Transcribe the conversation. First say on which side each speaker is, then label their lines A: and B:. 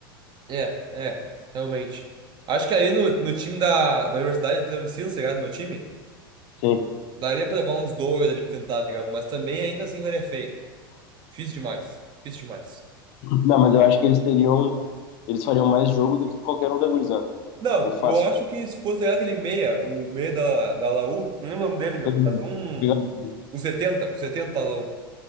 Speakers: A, on the right (about 35°); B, on the left (about 55°).
A: é, é, realmente. Acho que aí no, no time da, da universidade aqui da Unicinos, tá ligado? Meu time,
B: Sim.
A: daria pra levar uns dois ali pra tentar, tá ligado? Mas também ainda assim vai é feio. Difícil demais. Difícil demais.
B: Não, mas eu acho que eles teriam, eles fariam mais jogo do que qualquer um da gurizada.
A: Não,
B: O fácil.
A: eu acho que se fosse tá ligado, aquele meia, o meia da, da Laú, não lembro o nome dele, meu,
B: Tô
A: mas um.
B: ligado.
A: O 70 o 70 lá.